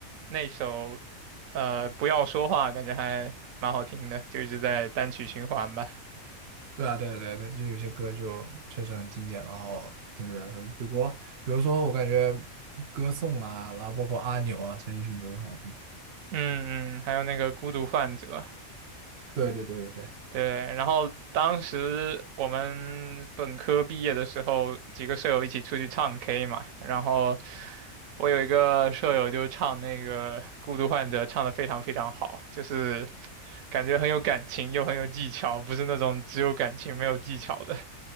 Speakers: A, on the right (about 75°); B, on the right (about 60°).
A: 那首呃不要说话，感觉还蛮好听的，就一直在单曲循环吧。
B: 对啊，对啊对啊对啊，就有些歌就确实很经典，然后听得比较深。比如，比如说，我感觉歌颂啊，然后包括阿牛啊、陈奕迅都很好听。
A: 嗯嗯，还有那个孤独患者。
B: 对对对对对，
A: 对，然后当时我们本科毕业的时候，几个舍友一起出去唱 K 嘛，然后我有一个舍友就唱那个《孤独患者》，唱得非常非常好，就是感觉很有感情又很有技巧，不是那种只有感情没有技巧的。